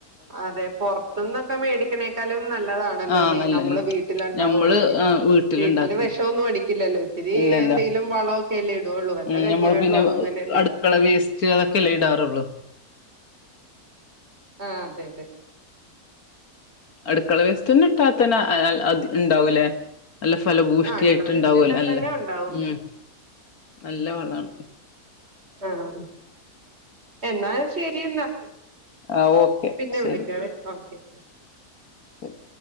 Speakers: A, on the right; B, on the left.
A: അതെ പുറത്തുന്നൊക്കെ മേടിക്കണേക്കാലും നല്ലതാണല്ലോ
B: ആഹ്
A: നീ
B: നല്ലതന്നെ
A: നമ്മള് വീട്ടില ഉണ്ടാവുവാണെങ്കിൽ
B: ഞമ്മള് ആഹ് വീട്ടിലുണ്ടാക്കുന്ന
A: വീട്ടില് വിഷംൊന്നും അടിക്കില്ലല്ലോ ഒത്തിരി
B: ഇല്ലല്ല
A: എന്തെങ്കലും വളക്കെല്ല ള്ളു വല്ല
B: ഉം
A: കഞ്ഞി
B: ഞമ്മള്
A: വെള്ളോ
B: പിന്നെ
A: അങ്ങനെ എന്തെങ്കും
B: അടുക്കള വേസ്റ്റ് അതൊക്കെല്ലേ ഇടാറുള്ളൂ
A: ആഹ അതെ അതെ
B: അടുക്കള വേസ്റ്റ്ന്ന ഇട്ടാത്തനെ അത് ഉണ്ടാവൂലേ നല്ല ഫലഭൂഷ്ടി
A: ആഹ് അടുക്കള
B: ആായിട്ട്ണ്ടാവല്ല
A: വേസ്റ്റ് ഇട്ടാ
B: അല്ലേ
A: തന്നെ ഉണ്ടാവും
B: ഉം നല്ല വളമാണ്
A: ആഹ എന്നാൽ ശരി എന്നാ
B: ആഹ ഓക്കെ
A: പിന്നെ
B: ശരി
A: വിളിക്കാവേ ഓക്കെ
B: ശരി